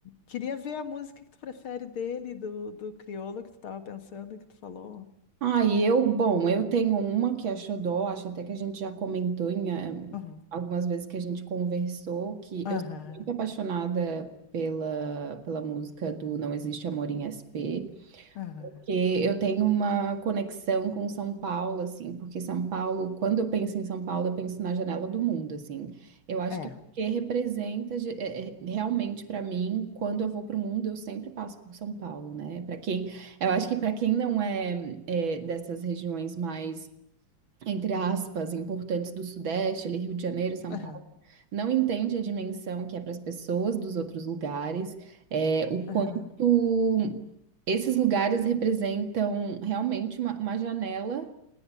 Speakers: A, on the left (about 80°); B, on the right (about 70°).
A: queria ver a música que tu prefere dele, do, do Criolo que tu estava pensando, que tu falou.
B: Ah, e eu, bom, eu tenho uma que é xodó, acho até que a gente já comentou em eh,
A: Aham,
B: algumas vezes que a gente conversou, que
A: aham,
B: eu sou muito apaixonada pela, pela música do Não Existe Amor em SP.
A: aham,
B: Porque eu tenho uma conexão com São Paulo, assim, porque São Paulo, quando eu penso em São Paulo, eu penso na janela do mundo, assim. Eu acho
A: é,
B: que é porque representa ge- é, é, realmente para mim, quando eu vou para o mundo, eu sempre passo por São Paulo, né? Para quem, eu acho que para quem não é, é, dessas regiões mais entre aspas, importantes do Sudeste, ali Rio de Janeiro, São
A: aham,
B: Paulo, não entende a dimensão que é para as pessoas dos outros lugares, é, o quanto
A: aham,
B: esses lugares representam realmente uma, uma janela